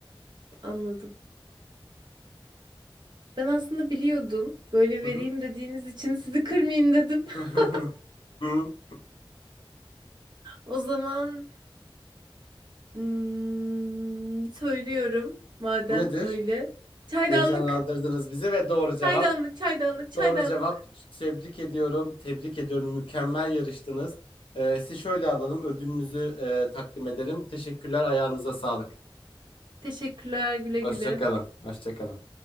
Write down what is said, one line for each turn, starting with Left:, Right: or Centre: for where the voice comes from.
Right: anladım. Ben aslında biliyordum. Böyle vereyim
Left: Hı
Right: dediğiniz için sizi kırmayayım dedim.
Left: hı.
Right: <laughs>
Left: <laughs>
Right: O zaman Hmm, söylüyorum madem
Left: Nedir?
Right: öyle. Çaydanlık,
Left: Heyecanlandırdınız bizi ve doğru cevap.
Right: çaydanlık, çaydanlık, çaydanlık.
Left: Doğru cevap. Tebrik ediyorum. Tebrik ediyorum. Mükemmel yarıştınız. Ee, sizi şöyle alalım. Ödülünüzü e, takdim edelim. Teşekkürler. Ayağınıza sağlık.
Right: Teşekkürler güle
Left: Hoşça
Right: güle.
Left: kalın. Hoşça kalın.